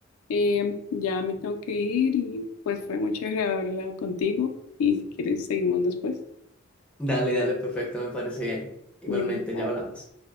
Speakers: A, on the left (about 85°); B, in the centre.
A: eh, ya me tengo que ir y pues fue muy chévere haber hablado contigo y si quieres seguimos después.
B: Dale, dale, perfecto, me parece bien, igualmente
A: Bueno, chao.
B: ya hablamos.